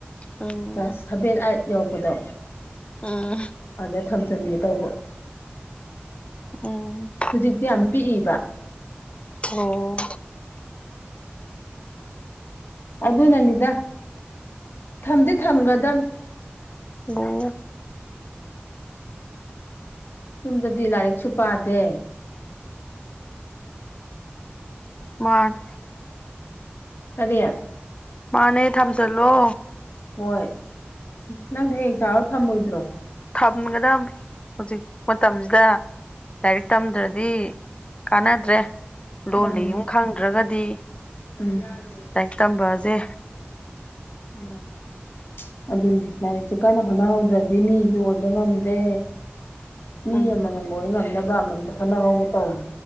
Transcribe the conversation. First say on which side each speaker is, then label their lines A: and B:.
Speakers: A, on the left (about 30°); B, on the left (about 65°).
A: ꯎꯝ
B: ꯀ꯭ꯂꯥꯁ ꯁꯚꯦꯟ ꯑꯥꯏꯠ ꯌꯧꯕꯗꯣ
A: ꯎꯝ
B: ꯑꯗ ꯊꯝꯖꯟꯒꯦ ꯇꯧꯕ
A: ꯎꯝ
B: ꯍꯨꯖꯤꯛꯇꯤ ꯌꯥꯝ ꯄꯤꯛꯏꯕ
A: ꯑꯣ
B: ꯑꯗꯨꯅꯅꯤꯗ ꯊꯝꯗꯤ ꯊꯝꯒꯗꯝꯅꯦ
A: ꯑꯣ
B: ꯌꯨꯝꯗꯗꯤ ꯂꯥꯏꯔꯤꯛꯁꯨ ꯄꯥꯗꯦ
A: ꯃꯥꯅꯦ
B: ꯀꯔꯤ
A: ꯃꯥꯅꯦ ꯊꯝꯖꯜꯂꯣ
B: ꯍꯣꯏ ꯅꯪꯗꯤ ꯍꯌꯦꯡ ꯆꯥꯎꯔ ꯊꯝꯃꯣꯏꯗ꯭ꯔꯣ
A: ꯊꯝꯒꯗꯃꯤ ꯍꯧꯖꯤꯛ ꯃꯇꯝꯁꯤꯗ ꯂꯥꯏꯔꯤꯛ ꯇꯝꯗ꯭ꯔꯗꯤ ꯀꯥꯟꯅꯗ꯭ꯔꯦ ꯂꯣꯜꯂꯤ
B: ꯃꯥꯅꯦ
A: ꯌꯨꯝ ꯈꯪꯗ꯭ꯔꯒꯗꯤ
B: ꯎꯝ
A: ꯂꯥꯏꯔꯤꯛ ꯇꯝꯕꯖꯦ
B: ꯃꯅꯤ ꯑꯗꯨꯅꯦ ꯂꯥꯏꯔꯤꯛꯁꯦ ꯀꯟꯅ ꯍꯣꯠꯅꯍꯧꯗ꯭ꯔꯗꯤ ꯃꯤꯖꯨ ꯑꯣꯕ ꯉꯝꯗꯦ ꯃꯤ
A: ꯎꯝ
B: ꯑꯃꯃꯝ ꯑꯣꯏ ꯉꯝꯅꯕ ꯑꯃꯃꯝꯇ ꯍꯣꯠꯅꯍꯧꯒꯦ ꯇꯧꯕ